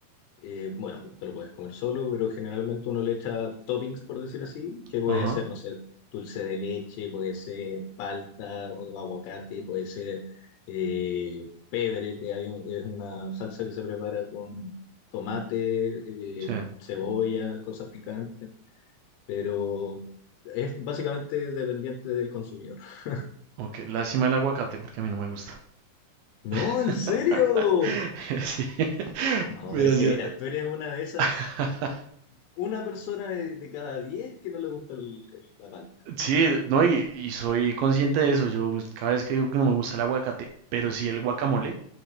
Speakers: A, on the left; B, on the right.
A: Eh, bueno, tú te lo puedes comer solo, pero generalmente uno le echa toppings, por decir así, que puede
B: Ajá,
A: ser, no sé, dulce de leche, puede ser palta o aguacate, puede ser eh, pebre, que hay un- es una salsa que se prepara con tomate,
B: sí.
A: eh, cebolla, cosas picantes, pero es básicamente dependiente del consumidor. <laughs>
B: Ok, lástima el aguacate porque a mí no me gusta.
A: No,
B: <laughs>
A: ¿en serio?
B: Sí. <laughs>
A: No,
B: Gracias.
A: pero es que mira, tú eres una de esas,
B: <laughs>
A: una persona de, de cada diez que no le gusta el- el- la palta.
B: Sí, no, y, y soy consciente de eso. Yo cada vez que digo que no me gusta el aguacate, pero sí el guacamole,